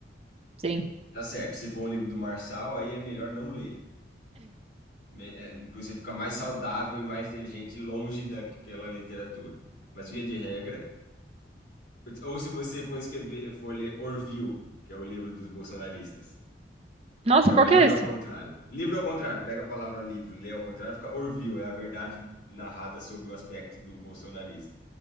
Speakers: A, on the right; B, on the left.
A: Sim.
B: Tá certo, se for um livro do Marçal, aí é melhor não ler. Me- é, você fica mais saudável e mais inteligente longe daquela literatura. Mas via de regra, ou se você for escrever, for ler Orville, que é o livro dos bolsonaristas,
A: Nossa,
B: que é
A: qual
B: o livro
A: que é esse?
B: ao contrário. Livro ao contrário, pega a palavra livro, lê ao contrário, fica Orville, é a verdade narrada sob o aspecto do bolsonarismo.